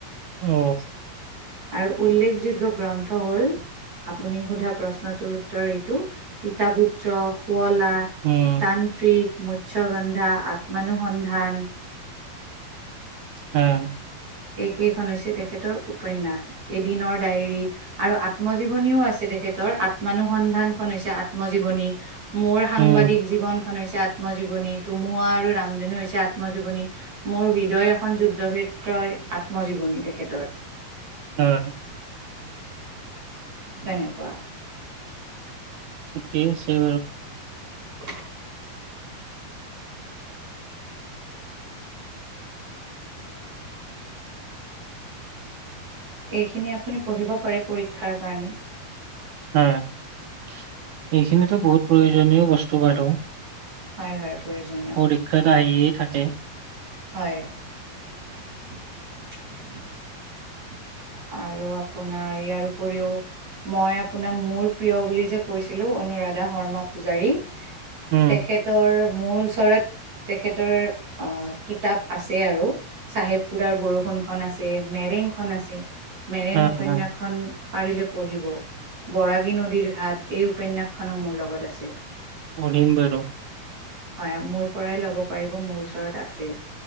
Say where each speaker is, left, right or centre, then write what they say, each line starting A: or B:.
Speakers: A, on the right; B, on the right.
A: অ',
B: আৰু উল্লেখযোগ্য গ্ৰন্থ হ'ল আপুনি সোধা প্ৰশ্নটোৰ উত্তৰ এইটো, পিতা পুত্ৰ, শুৱলা
A: উম।
B: তান্ত্ৰিক, মৎসগন্ধা, আতমানুসন্ধান
A: উম।
B: এইকেইখন হৈছে তেখেতৰ উপনয়াস, এদিনৰ ডায়েৰী আৰু আত্মজীৱনীও আছে তেখেতৰ, আতমানুসন্ধানখনন হৈছে আত্মজীৱনী। মোৰ সাংবাদিক
A: উম
B: জীৱনখন হৈছে আত্মজীৱনী, ধুমুহা আৰু ৰামদনী হৈছে আত্মজীৱনী মোৰ হৃদয় এখন যুদ্ধক্ষেত্ৰই আত্মজীৱনী তেখেতৰ।
A: হয়।
B: তেনেকুৱা।
A: ঠিকে আছে বাৰু
B: <unintelligible> এইখিনি আপুনি পঢ়িব পাৰে পৰীক্ষাৰ কাৰণে
A: হয় এইখিনিতো বহুত প্ৰয়োজনীয় বস্তু বাৰু
B: হয় হয় প্ৰয়োজনীয়
A: পৰীক্ষাত আহিয়ে থাকে
B: হয় <unintelligible> আৰু আপোনাৰ ইয়াৰ উপৰিও মই আপোনাক মোৰ প্ৰিয় বুলি যে কৈছিলো অনুৰাধা শৰ্মা পূজাৰী
A: উম
B: তেখেতৰ মোৰ ওচৰত। তেখেতৰ আহ কিতাপ আছে আৰু, চাহেব পুৰাৰ বৰষুণখন আছে মেৰেংখন আছে মেৰেং
A: হয়
B: উপন্যাসখন।
A: হয়
B: পাৰিলে পঢ়িব বৰাগী নদীৰ ঘাট এই উপন্যাসখনো মোৰ লগত আছে।
A: প়ম বোৰ
B: হয় মোৰ পৰাই ল'ব পাৰিব মোৰ ওচৰত আছেই